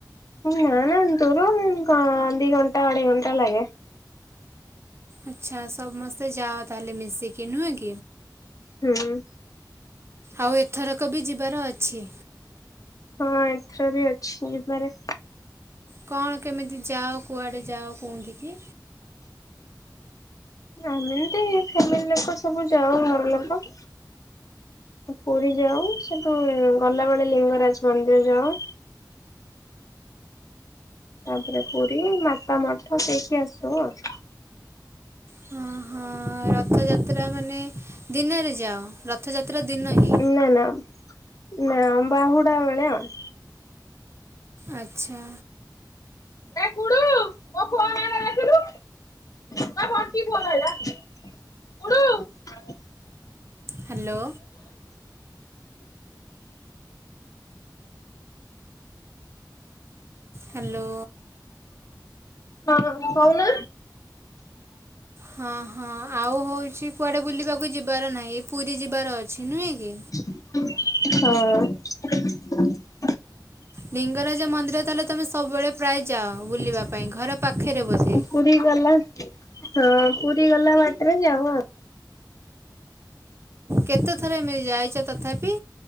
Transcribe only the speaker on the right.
ଆଚ୍ଛା ସମସ୍ତେ ଯାଅ ତାହେଲେ ମିଶିକି ନୁହେଁ କି?
ଆଉ ଏଥରକ ବି ଯିବାର ଅଛି।
କଣ କେମିତି ଯାଅ କୁଆଡ଼େ ଯାଅ କଉଁଠିିକି?
ହଁ ହଁ ରଥଯାତ୍ରା ମାନେ ଦିନରେ ଯାଅ ରଥଯାତ୍ରା ଦିନ ହିଁ।
ଆଚ୍ଛା
ହ୍ୟାଲୋ ହ୍ୟାଲୋ
ହଁ ହଁ ଆଉ ହଉଛି କୁଆଡ଼େ ବୁଲିବାକୁ ଯିବାର ନାହିଁ ପୁରୀ ଯିବାର ଅଛି ନୁହେଁ କି
ଲିଙ୍ଗରାଜ ମନ୍ଦିର ତାହେଲେ ତମେ ସବୁବେଳେ ପ୍ରାୟ ଯାଅ ବୁଲିବା ପାଇଁ ଘର ପାଖରେ ବସେ
କେତେ ଥର ଏମିତି ଯାଇଛ ତଥାପି